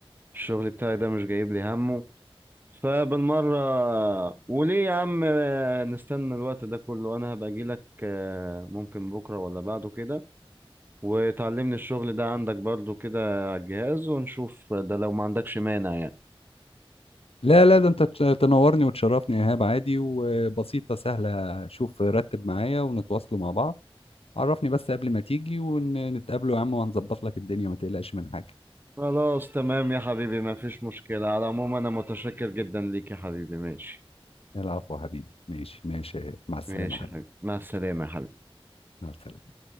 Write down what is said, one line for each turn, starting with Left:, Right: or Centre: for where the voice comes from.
Right: الشغل بتاعي ده مش جايب لي همه فبالمرة وليه يا عم آه، نستنى الوقت ده كله انا هبقى اجيلك آه، ممكن بكرة ولا بعده كده وتعلمني الشغل ده عندك برضو كده على الجهاز ونشوف ده لو ما عندكش مانع يعني
Left: لا لا ده انت تش- تنورني وتشرفني يا ايهاب عادي وبسيطه سهله شوف رتب معايا ونتواصلوا مع بعض عرفني بس قبل ما تيجي ونتقابله يا عم وهنظبط لك الدنيا ما تقلقش من حاجة
Right: خلاص تمام يا حبيبي ما فيش مشكلة على العموم انا متشكر جدا ليك يا حبيبي ماشي
Left: العفو يا حبيبي ماشي ماشي مع السلامة
Right: ماشي
Left: يا حبيبي
Right: يا حبيبي مع السلامة يا حبيبي
Left: مع السلامة